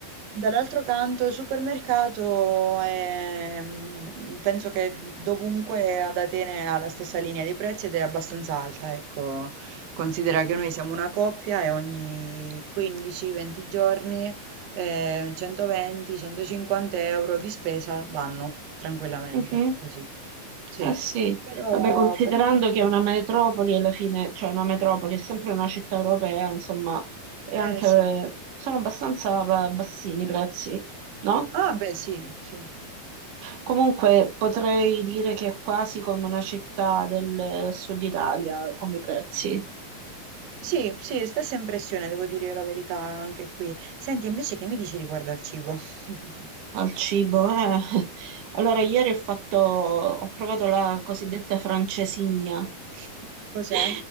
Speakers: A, on the right (about 90°); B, on the right (about 70°).
A: dall'altro canto il supermercato è, mm, penso che dovunque ad Atene ha la stessa linea di prezzi ed è abbastanza alta, ecco. Considera che noi siamo una coppia e ogni 15-20 giorni eh, 120-150 euro di spesa vanno tranquillamente,
B: mhm.
A: così. Sì,
B: Eh sì,
A: però,
B: vabbè, considerando
A: però è porto-
B: che è una metropoli alla fine, cioè una metropoli è sempre una città europea, insomma, e anche
A: Eh sì.
B: sono abbastanza ba- bassini i prezzi, no?
A: Ah beh sì, sì.
B: Comunque potrei dire che è quasi come una città del eh, sud Italia come prezzi.
A: Sì, sì, stessa impressione, devo dire la verità anche qui. Senti, invece che mi dici riguardo al cibo? <laughs>
B: Al cibo, eh. <laughs> Allora, ieri ho fatto, ho provato la cosiddetta francesigna.
A: Cos'è?
B: <laughs>